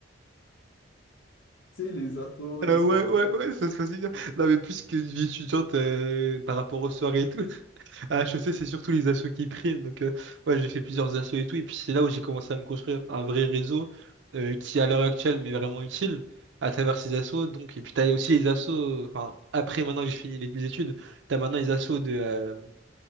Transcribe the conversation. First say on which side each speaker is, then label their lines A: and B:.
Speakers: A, on the left (about 85°); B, on the right (about 70°).
A: sais, les assos, les
B: Euh,
A: soirées.
B: ouais ouais ouais ça se passe bien non mais plus qu'une vie étudiante euh, par rapport aux soirées et tout Ah, je sais, c'est surtout les assos qui priment. Donc, euh, ouais, j'ai fait plusieurs assos et tout. Et puis, c'est là où j'ai commencé à me construire un vrai réseau euh, qui, à l'heure actuelle, m'est vraiment utile à travers ces assos. Donc, et puis, t'as aussi les assos, enfin, après, maintenant que j'ai fini les, les études, t'as maintenant les assos de, euh,